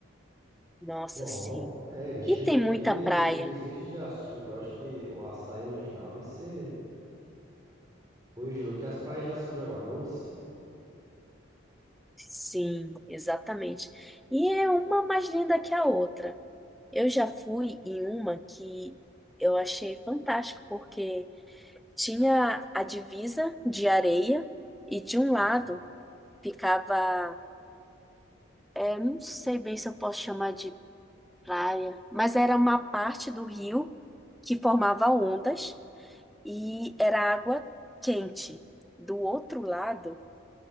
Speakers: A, in the centre; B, on the right.
A: nossa,
B: Bom,
A: sim.
B: é, ele chega
A: E tem
B: aqui,
A: muita
B: eles,
A: praia.
B: eles enchem de açúcar. Eu acho que o açaí original deve ser coisa de louco, que as praias já são de água doce.
A: Sim, exatamente. E é uma mais linda que a outra. Eu já fui em uma que eu achei fantástico, porque Tinha a divisa de areia e de um lado
B: Uhum.
A: ficava, é, não sei bem se eu posso chamar de praia, mas era uma parte do rio que formava ondas e era água quente. Do outro lado